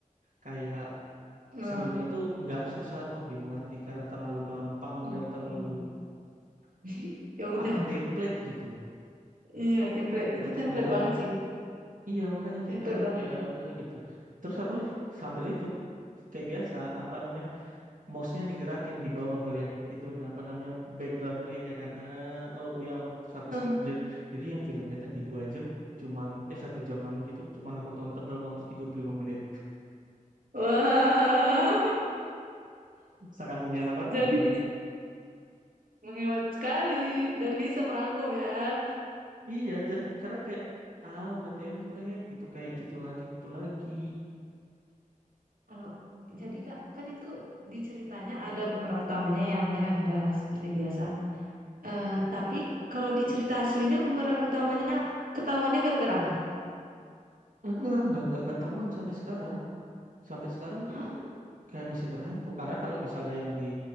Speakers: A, on the right (about 70°); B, on the right (about 85°).
A: kayak
B: Nah,
A: serunya itu nggak susah untuk dimengerti karena terlalu gampang
B: Oke.
A: dan terlalu
B: <laughs> Ya udah.
A: apa template gitu
B: Iya, template. Itu
A: alurnya
B: template
A: kan
B: banget sih.
A: Iya makanya kayak
B: Template
A: ah,
B: banget.
A: ya udah gitu. Terus aku sambil itu kayak biasa apa namanya mouse-nya digerakin di bawah ngelihat itu nah, apa namanya background play-nya kan. Eh, oh iya aman. Terus aku
B: <laughs>
A: skip. Jad- Jadi, yang filmnya tadi dua jam cuman eh satu jaman gitu cuman aku tonton dalam waktu 35 menit.
B: Wah.
A: Sangat menghemat
B: <laughs>
A: waktu
B: Jadi
A: bukan?
B: Menghemat sekali dan bisa merangkum ya.
A: Iya jadi karena kayak ah udah template gitu kayak gitu lagi gitu lagi.
B: Kalau jadi Kak, kan itu di ceritanya ada pemeran utamanya yang ya udahlah seperti biasa. Eh, tapi kalau di cerita aslinya pemeran utamanya ketahuannya gara-gara apa?
A: Enggak enggak enggak ketahuan sampai sekarang. sampai sekarang
B: Hah?
A: itu kayak masih berhantu karena kalau misalnya yang di